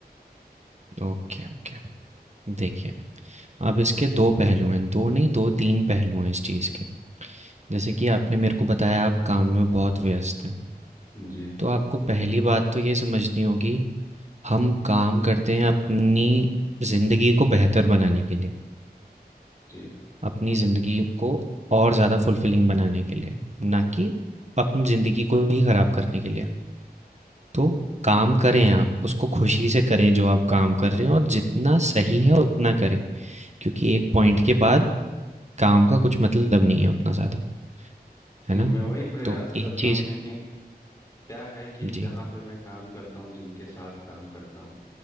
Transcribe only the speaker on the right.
Okay, okay. देखिए, अब इसके 2 पहलू हैं, 2 नहीं 2-3 पहलू हैं इस चीज़ के। जैसे कि आपने मेरे को बताया आप काम में बहुत व्यस्त हैं।
तो आपको पहली बात तो ये समझनी होगी, हम काम करते हैं अपनी ज़िंदगी को बेहतर बनाने के लिए,
अपनी ज़िंदगी को और ज़्यादा फुलफिलिंग बनाने के लिए, ना कि अपनी ज़िंदगी को ही ख़राब करने के लिए। तो काम करें आप, उसको खुशी से करें जो आप काम कर रहे हैं और जितना सही है उतना करें, क्योंकि एक पॉइंट के बाद काम का कुछ मतलब नहीं है उतना ज़्यादा,
है ना?
तो
एक चीज़
जी,